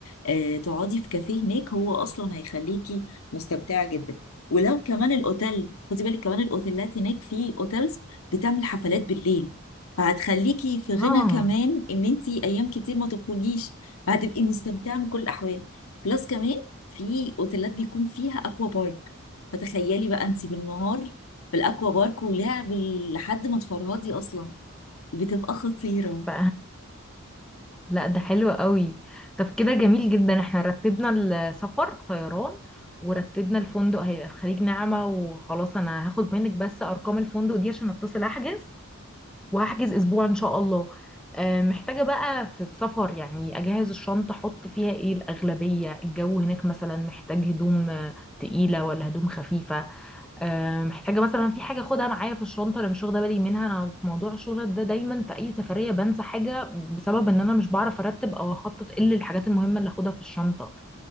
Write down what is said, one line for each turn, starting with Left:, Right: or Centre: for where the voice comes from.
Left: آه تقعدي في كافيه هناك هو اصلا هيخليكي مستمتعه جدا ولو كمان الاوتيل خدي بالك كمان الاوتيلات هناك في اوتيلز بتعمل حفلات بالليل فهتخليكي في
Centre: اه
Left: غنى كمان ان انت ايام كتير ما تخرجيش فهتبقي مستمتعه من كل الاحوال بلس كمان في اوتيلات بيكون فيها اكوا بارك فتخيلي بقى انت بالنهار بالاكوا بارك ولعب لحد ما تفرهدي اصلا بتبقى خطيره
Centre: ف... لا ده حلو قوي طب كده جميل جدا احنا رتبنا السفر طيران ورتبنا الفندق هيبقى في خليج نعمة وخلاص انا هاخد منك بس ارقام الفندق دي عشان اتصل احجز وهحجز اسبوع ان شاء الله آه، محتاجة بقى في السفر يعني اجهز الشنطة احط فيها ايه الاغلبية الجو هناك مثلا محتاج هدوم آه، تقيلة ولا هدوم خفيفة آه، محتاجة مثلا في حاجة اخدها معايا في الشنطة انا مش واخدة بالي منها انا في موضوع الشغل ده دايما في اي سفرية بنسى حاجة بسبب ان انا مش بعرف ارتب او اخطط ايه الحاجات المهمة اللي اخدها في الشنطة